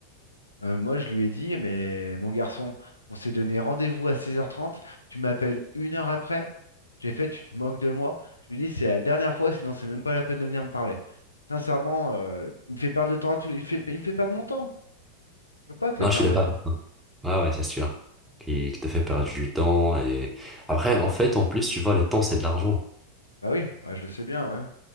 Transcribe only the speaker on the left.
Euh, moi, je lui ai dit, mais mon garçon, on s'est donné rendez-vous à 16h30, tu m'appelles une heure après, j'ai fait, tu te moques de moi. Je lui ai dit, c'est la dernière fois, sinon c'est même pas la peine de venir me parler. Sincèrement, euh, il me fait perdre le temps à tout, il fait, il me fait perdre mon temps. Je peux pas te
le permettre.
Bah oui, bah je le sais bien, ouais.